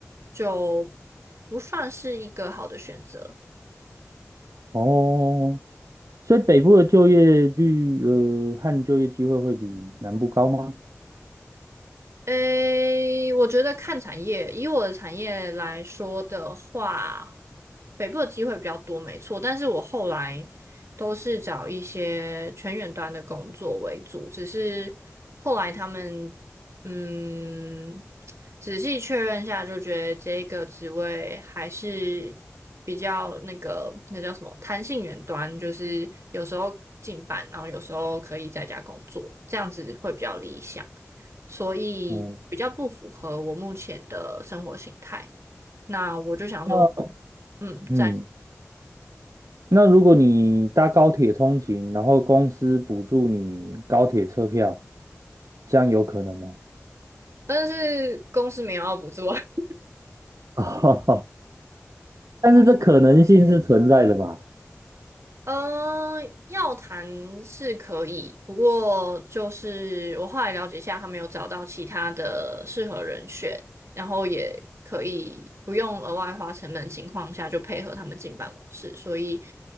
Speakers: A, on the right (about 55°); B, on the right (about 80°).
A: 就不算是一个好的选择。
B: 哦，所以北部的就业率呃和就业机会会比南部高吗？
A: 诶，我觉得看产业，以我的产业来说的话，北部的机会比较多，没错。但是我后来都是找一些全远端的工作为主，只是后来他们嗯，仔细确认下，就觉得这个职位还是比较那个那叫什么弹性远端，就是有时候进班，然后有时候可以在家工作，这样子会比较理想。所以比较不符合我目前的生活形态。
B: 哦，
A: 那我就想说，
B: 那
A: 嗯，
B: 嗯。
A: 在，
B: 那如果你搭高铁通勤，然后公司补助你高铁车票，这样有可能吗？
A: 但是公司没有要补助啊。<laughs>
B: <laughs> 哦，但是这可能性是存在的吧？
A: 呃，要谈是可以，不过就是我后来了解一下，他们有找到其他的适合人选，然后也可以不用额外花成本的情况下就配合他们进办公室，所以